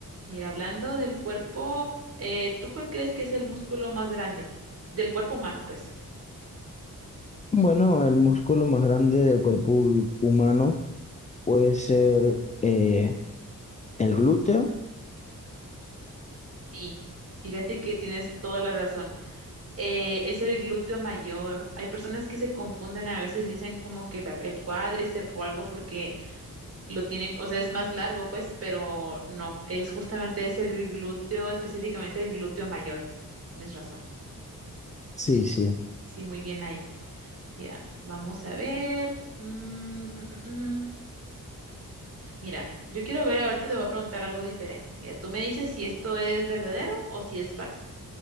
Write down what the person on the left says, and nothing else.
Bueno, el músculo más grande del cuerpo hu- humano puede ser eh, el glúteo.
Sí, sí.